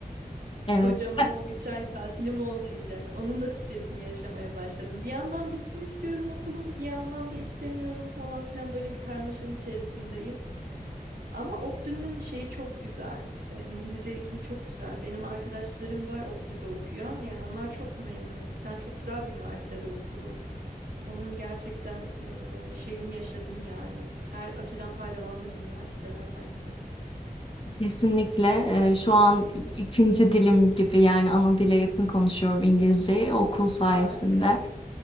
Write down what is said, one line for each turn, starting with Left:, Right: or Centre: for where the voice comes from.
Left: evet
Right: Kocaman o üç ay tatilim olmayacak. Onun da stresini yaşamaya başladım. Bir yandan bitsin istiyorum okulum, bir yandan da istemiyorum falan filan böyle bir karmaşanın içerisindeyim. Ama ODTÜ'nün şeyi çok güzel. E, İngilizce eğitimi çok güzel. Benim arkadaşlarım var ODTÜ'de okuyan. Yani onlar çok memnun. Sen çok güzel bir üniversitede okudun. Onun gerçekten e, şeyini yaşadın yani. Her açıdan faydalandın onun üniversiteden bence.
Left: kesinlikle Ee, şu an ik- ikinci dilim gibi yani ana dile yakın konuşuyorum İngilizceyi okul sayesinde.
Right: Harika.